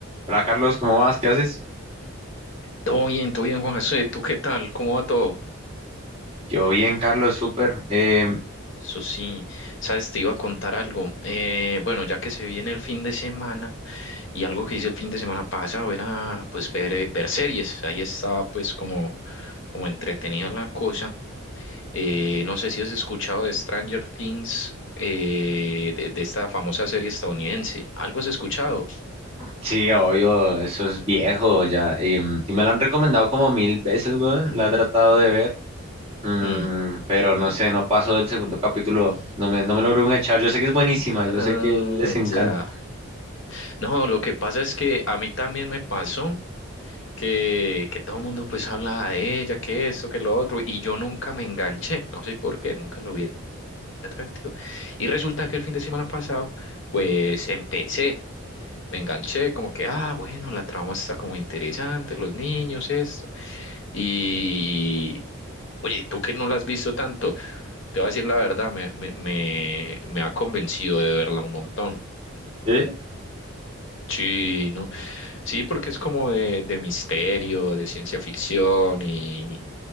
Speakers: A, on the right; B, on the left.
A: Hola Carlos, ¿cómo vas? ¿Qué haces?
B: Todo bien, todo bien, Juan José. ¿Tú qué tal? ¿Cómo va todo?
A: Yo bien, Carlos, súper. Em,
B: Eso sí, sabes, te iba a contar algo. Eh, bueno, ya que se viene el fin de semana y algo que hice el fin de semana pasado era pues ver, eh, ver series. Ahí estaba pues como, como entretenida la cosa. Eh, no sé si has escuchado de Stranger Things, eh, de, de esta famosa serie estadounidense. ¿Algo has escuchado?
A: sí, obvio, eso es viejo ya. em, y me lo han recomendado como mil veces, weón. La he tratado de ver, mm,
B: Mm.
A: pero no sé, no paso del segundo capítulo. No me, no me logro enganchar. Yo sé que es buenísima, yo
B: Ah,
A: sé que les encanta.
B: ya. No, lo que pasa es que a mí también me pasó. que, que todo el mundo pues habla de ella, que esto, que lo otro, y yo nunca me enganché, no sé por qué, nunca lo vi atractivo. Y resulta que el fin de semana pasado, pues empecé, me enganché, como que, ah, bueno, la trama está como interesante, los niños, esto. Y, oye, tú que no la has visto tanto, te voy a decir la verdad, me, me, me, me ha convencido de verla un montón.
A: ¿Eh?
B: Sí, no, Sí, porque es como de, de misterio, de ciencia ficción y,